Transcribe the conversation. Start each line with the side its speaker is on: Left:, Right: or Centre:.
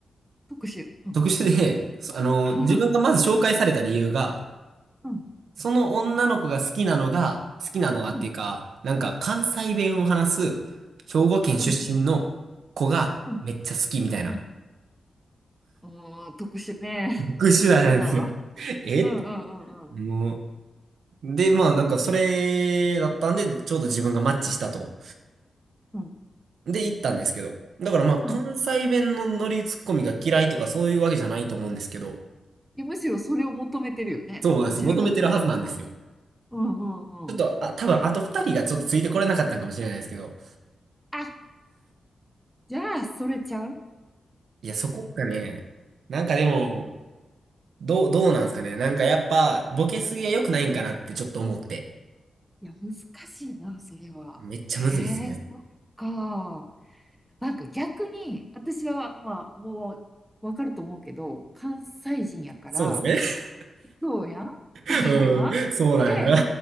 Centre: 特殊。うん。
Right: 特殊で、そあの、
Centre: <laughs>
Right: 自分がまず紹介された理由が、
Centre: うん、
Right: その女の子が好きなのが、好きなのがっていうか、
Centre: うん、
Right: なんか関西弁を話す兵庫県出身の子がめっちゃ好きみたいな。
Centre: うん、うん、うん。おー特殊ね。<laughs>
Right: 特殊なんですよ。
Centre: 特殊だわ。
Right: <laughs> えって。
Centre: うん、うん、うん、うん。
Right: もう。で、まあなんかそれだったんで、ちょうど自分がマッチしたと。
Centre: うん、
Right: で、行ったんですけど。だからまあ関西弁のノリツッコミが嫌いとかそういうわけじゃないと思うんですけど、
Centre: うん。いやむしろそれを求めてるよね。
Right: そうなんですよ。
Centre: どちらかというと。
Right: 求めてるはずなんですよ。
Centre: うんうんうん。
Right: ちょっと、あ、多分あと二人がちょっとついてこれなかったんかもしれないですけど、
Centre: あ、じゃあ、それちゃう
Right: いや、そこがね、なんかでも、どう、どうなんですかね。なんかやっぱ、ボケすぎは良くないんかなってちょっと思って。
Centre: いや、難しいな、それは。
Right: めっちゃむずいっすね。
Centre: へえ、そっか。なんか逆に、私は、まあ、もう、わかると思うけど、関西人やから、
Right: そうです
Centre: そうやん
Right: ね。<laughs>
Centre: <laughs> そうやんで、
Right: うん、そうなんよな。